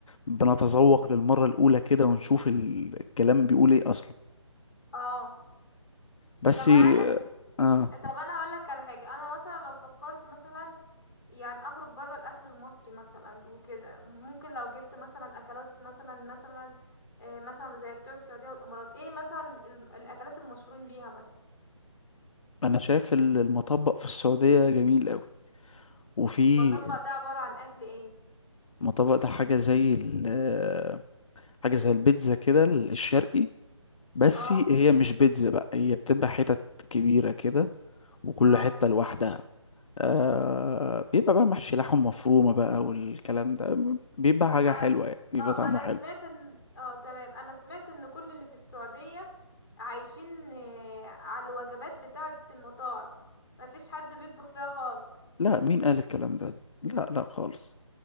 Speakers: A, on the left; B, on the left.
A: بنتذوق للمرة الأولى كده ونشوف ال- الكلام بيقول ايه أصلا
B: اه
A: بس
B: طب
A: اه
B: هل انت-
A: آه،
B: طب انا هقول لك على حاجه انا مثلا لو فكرت مثلا يعني اخرج بره الاكل المصري مثلا وكده ممكن لو جبت مثلا اكلات مثلا مثلا آه، مثلا زي بتوع السعوديه والامارات ايه مثلا ال- الاكلات المشهورين بيها مثلا
A: أنا شايف ال- المطبق في السعودية جميل قوي وفي
B: المطبق ده عباره عن اكل ايه
A: مطبق ده حاجة زي ال- آه، حاجة زي البيتزا كده الشرقي بس
B: اه
A: هي مش بيتزا بقى هي بتبقى حتت كبيرة كده وكل
B: اه
A: حتة لوحدها آه بيبقى بقى محشي لحم مفرومة بقى والكلام ده بيبقى حاجة
B: انا
A: حلوة
B: س...
A: يعني بيبقى
B: اه
A: طعمه
B: انا
A: حلو
B: سمعت ان اه تمام انا سمعت ان كل اللي في السعوديه عايشين آه، على الوجبات بتاعه المطاعم مفيش حد بيطبخ فيها خالص
A: لا مين قال الكلام ده لا لا خالص